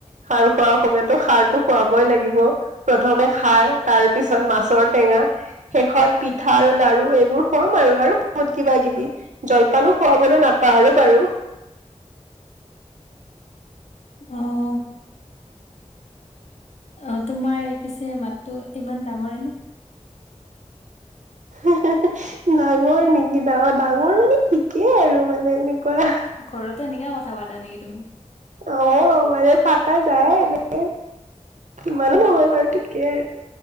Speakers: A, on the right; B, on the left.
A: খাৰ খোৱাৰ সময়তো খাৰটো খুৱাবই লাগিব প্ৰথমে খাৰ তাৰপিছত মাছৰ টেঙা। শেষত পিঠা আৰু লাৰু এইবোৰ খুৱাম আৰু আৰু বহুত কিবা কিবি, জল পানো খোৱাবলৈ নাপাহ আৰু বাৰু।
B: অহ। অ তোমাৰ পিছে মাতটো ইমান ডাঙৰে নে?
A: ডাঙৰ নেকি ডাঙৰ ডাঙৰ মানে ঠিকেই আৰু মানে। মানে এনেকুৱা
B: ঘৰতো এনেকে কথা পাতা নেকি তুমি?
A: আহ মানে পাতা যায় এনেকে। ইমানো নহয় বাৰু ঠিকেই আৰু